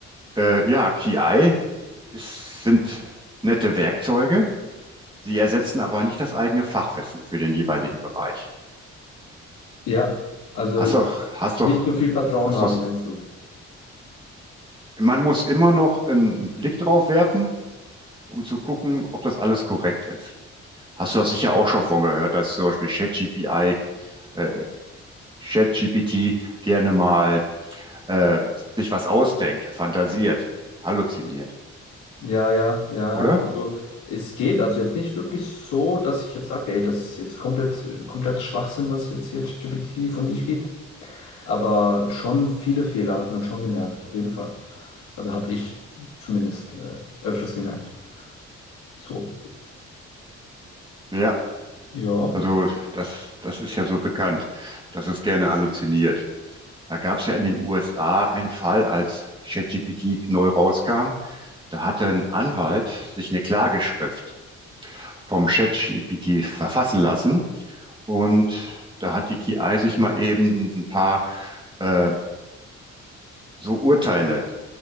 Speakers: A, on the right; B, on the left.
A: äh, ja, KI ist, sind nette Werkzeuge, sie ersetzen aber nicht das eigene Fachwissen für den jeweiligen Bereich.
B: Ja, also.
A: Hast doch, hast
B: Nicht
A: doch,
B: so viel Vertrauen
A: hast
B: haben,
A: doch,
B: meinst du?
A: man muss immer noch einen Blick drauf werfen, um zu gucken, ob das alles korrekt ist. Hast du das sicher auch schon von gehört, dass zum Beispiel ChatGPI, äh, ChatGPT gerne mal äh, sich was ausdenkt, fantasiert, halluziniert,
B: Ja, ja, ja.
A: oder?
B: Also es geht also jetzt nicht wirklich so, dass ich jetzt sage, ey, das ist jetzt komplett, kompletter Schwachsinn, was jetzt hier ChatGPT von sich gibt. Aber schon viele Fehler hat man schon gemerkt, auf jeden Fall. Also habe ich zumindest äh, öfters gemerkt. So.
A: Ja,
B: Ja.
A: also das, das ist ja so bekannt, dass es gerne halluziniert. Da gab es ja in den USA einen Fall, als ChatGPT neu rauskam. Da hatte ein Anwalt sich eine Klageschrift vom ChatGPT verfassen lassen und da hat die KI sich mal eben ein paar äh, so Urteile,